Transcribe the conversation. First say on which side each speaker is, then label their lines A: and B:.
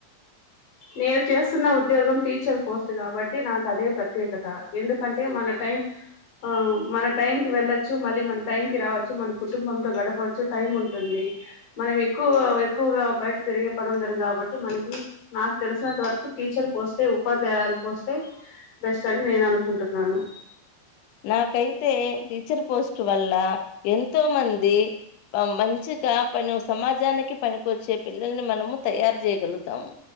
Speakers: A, on the left; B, on the left.
A: నేను చేస్తున్న ఉద్యోగం టీచర్ పోస్ట్ కాబట్టి నాకు అదే ప్రత్యేకత ఎందుకంటే మన టైం ఆ మన టైం టి వెళ్ళొచ్చు మళ్ళీ మన టైం కి రావచ్చు మన కుటుంబంతో గడపచ్చు టైం ఉంటుంది మనం ఎక్కువ ఎక్కువగా బయట తిరిగే పని ఉండదు కాబట్టి మనకి నాకు తెలిసినంత వరకు టీచర్ పోస్టే ఉపాధ్యాయులు పోస్టే బెస్ట్ అని నేను అనుకుంటున్నాను
B: నాకైతే టీచర్ పోస్ట్ వల్ల ఎంతో మంది మంచిగా పని సమాజానికి పనికొచ్చే పిల్లల్ని మనము తయారు చేయగలుగుతాము